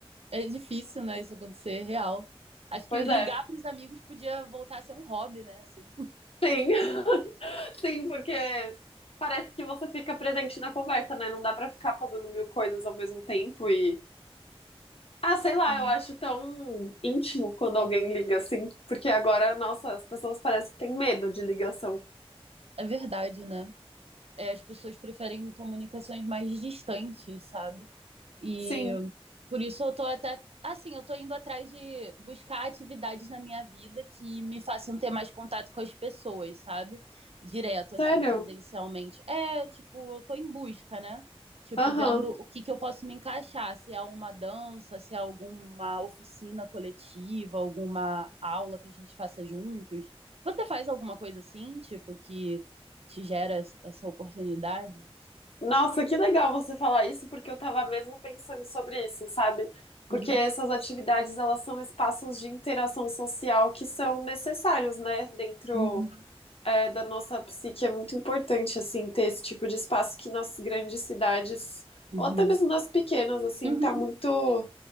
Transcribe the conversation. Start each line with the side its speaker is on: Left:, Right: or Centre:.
Right: É difícil, né, isso acontecer, real. Acho
Left: Pois
Right: que ligar
Left: é.
Right: pros amigos podia voltar a ser um hobby, né, assim.
Left: Sim, <laughs> sim, porque parece que você fica presente na conversa, né? Não dá pra ficar fazendo mil coisas ao mesmo tempo e Ah, sei lá,
Right: Sim.
Left: eu acho tão íntimo quando alguém liga assim, porque agora, nossa, as pessoas parecem que têm medo de ligação.
Right: É verdade, né? é, as pessoas preferem comunicações mais distantes, sabe? E
Left: Sim,
Right: por isso eu tô até, assim, eu tô indo atrás de buscar atividades na minha vida que me façam ter mais contato com as pessoas, sabe? Direto,
Left: sério?
Right: assim, presencialmente. É, tipo, eu tô em busca, né? Tipo,
Left: Aham.
Right: vendo o que que eu posso me encaixar, se é uma dança, se é alguma oficina coletiva, alguma aula que a gente faça juntos. Você faz alguma coisa assim, tipo, que te gera essa oportunidade.
Left: Nossa, que legal você falar isso, porque eu tava mesmo pensando sobre isso, sabe? Porque
Right: Uhum.
Left: essas atividades, elas são espaços de interação social que são necessários, né? Dentro,
Right: Uhum.
Left: é, da nossa psique, é muito importante, assim, ter esse tipo de espaço que nas grandes cidades,
Right: Uhum.
Left: ou até mesmo nas pequenas, assim,
Right: Uhum.
Left: tá muito